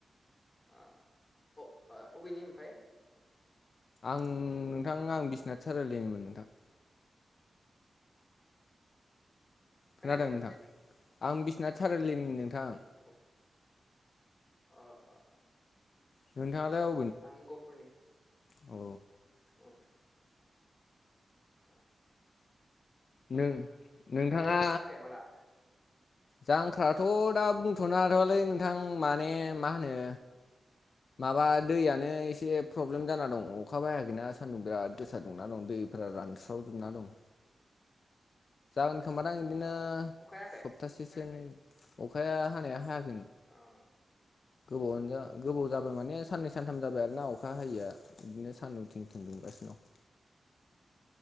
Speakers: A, on the left; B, on the left.
A: आ अ अबेनि ओमफ्राय?
B: आं नोंथां आं बिस्नाथ सारिलिनिमोन नोंथां खोनादों
A: खोनायाखै
B: नोंथां आं बिस्नाथ सारिलिनि नोंथां
A: अ अ अ
B: नोंथाङालाय अ
A: आं गपुरनि
B: आ
A: <inaudible> <inaudible>
B: नों नोंथाङा
A: बायनो जांख्राया माला
B: जांख्राथ' दा बुंथ'नो हाथ'वालै नोंथां माने मा होनो माबा दैयानो एसे फ्रब्लेम जाना दं अखाबो हायाखैना सान्दुं बिराद गोसा दुंना दं दै फ्रा रानस्रावजोबना दं
A: <inaudible>
B: जागोन खोमा दां आं इदिनो
A: ओ अखा हायाखै
B: सप्तासे <unintelligible> अखाया हानाया हायगोन
A: आ
B: गोबावनो जा गोबाव जाबाय माने साननै सानथाम जाबाय आरो ना अखा हायैया बिदिनो सानदुं थिं थिं दुंगासिनो दं